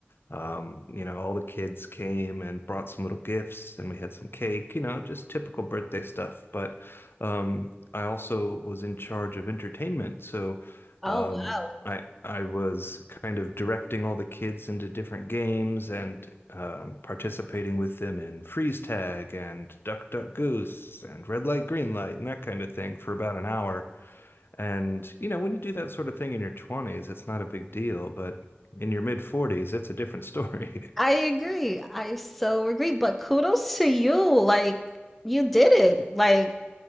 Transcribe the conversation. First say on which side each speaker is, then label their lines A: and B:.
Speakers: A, on the left; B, in the centre.
A: Um, you know, all the kids came and brought some little gifts, and we had some cake. You know, just typical birthday stuff. But um, I also was in charge of entertainment, so.
B: Oh,
A: Um,
B: wow.
A: I I was kind of directing all the kids into different games and um, participating with them in freeze tag and duck duck goose and red light green light and that kind of thing for about an hour. And you know, when you do that sort of thing in your 20s, it's not a big deal, but in your mid 40s, it's a different story. <laughs>
B: I agree. I so agree. But kudos to you. Like, you did it. Like,